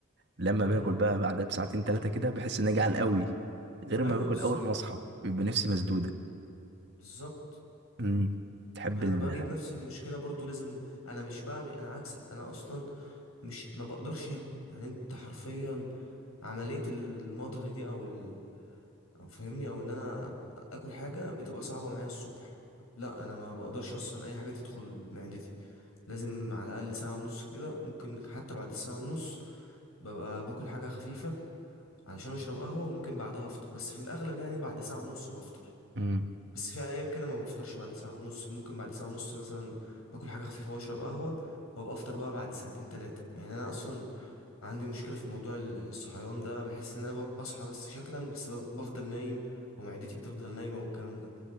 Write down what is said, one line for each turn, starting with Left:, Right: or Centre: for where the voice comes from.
Right: لما
Left: امم
Right: باكل بقى بعدها بساعتين ثلاثه كده بحس اني جعان قوي غير
Left: أيوه
Right: ما باكل
Left: بالظبط
Right: اول ما اصحى بيبقى نفسي مسدوده
Left: بالظبط
Right: امم تحب
Left: أنا
Right: ال
Left: بجد نفس المشكلة برضو لازم أنا مش بعمل أنا عكسك أنا أصلا مش ما بقدرش اكل يعني انت حرفيا عملية المضغ دي او ال... او فاهمني او ان انا اكل حاجة بتبقى صعبة معايا الصبح لا انا ما بقدرش اصلا اي حاجة تدخل معدتي لازم على الاقل ساعة ونص كده ممكن حتى بعد الساعة ونص ببقى باكل حاجة خفيفة علشان اشرب قهوة وممكن بعدها افطر بس في الاغلب يعني بعد ساعة ونص بفطر
Right: امم
Left: بس في ايام كده ما بفطرش بعد ساعه ونص ممكن بعد ساعه ونص مثلا باكل حاجه خفيفه واشرب قهوه وابقى افطر بقى بعد ساعتين ثلاثه يعني انا اصلا عندي مشكله في موضوع ال- الصحيان ده بحس ان انا ب- بصحى بس شكلا بس ب- بفضل نايم ومعدتي بتفضل نايمه والكلام ده